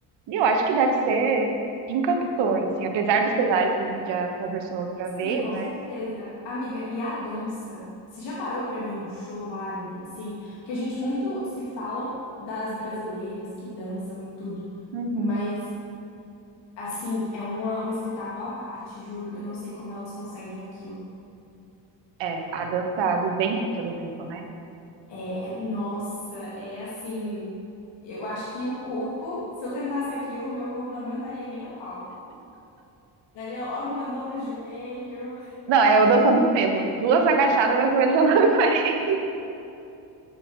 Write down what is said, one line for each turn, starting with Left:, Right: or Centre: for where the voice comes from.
Right: E eu acho que deve ser encantador, assim, apesar dos pesares que a gente já conversou outra vez,
Left: sim, com
Right: né?
Left: certeza. Amiga, e a dança? Você já parou pra ver um show árabe, assim? Porque a gente muito se falam das brasileiras que dançam e tudo,
Right: Uhum.
Left: mas, assim, é uma, um espetáculo à parte, juro. Eu não sei como elas conseguem aquilo.
Right: É, a dança do ventre, por exemplo, né?
Left: É, nossa, é assim. Eu acho que o corpo, se eu tentasse aquilo, o meu corpo não aguentaria nem a pau. Daria logo uma dor no joelho.
Right: Não, é eu dançando frevo. Duas agachadas, meu joelho já não aguenta. <laughs>